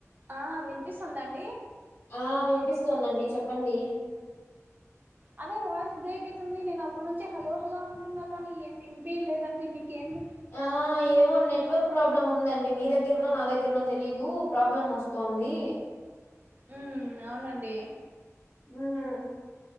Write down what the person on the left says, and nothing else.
ఆ వినిపిస్తోందండి చెప్పండి
ఆ ఏమొ నెట్వర్క్ ప్రాబ్లం ఉందండి మీ దగ్గర్నో నా దగ్గర్నో తెలీదు ప్రాబ్లం వస్తోంది
మ్మ్